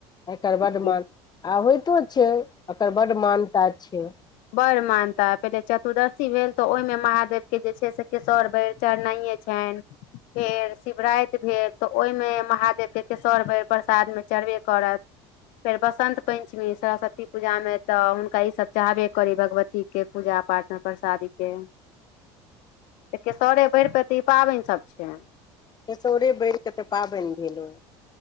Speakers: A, on the left; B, on the left.
A: एकर बड
B: जी
A: म आ होइतो छै एककर बड्ड मान्यता छै।
B: बड़ मानता पहिले चतुर्दशी भेल तऽ ओहिमे महादेवके जे छै से केसौर बैर चढ़नाइये छनि फेर शिवराति भेल। तऽ ओहिमे महादेवके केसौर बैर प्रसादमे चढ़बे करत फेर बसन्त पंचमी सरस्वती पूजा में तऽ हुनका ई सब चाहबे करी भगवतीके पूजा पाठमे प्रसादीक के। केसौर बैर पें त ई पाबैन सब छै
A: केसौरे बैर के तऽ पाबनि भेल ओ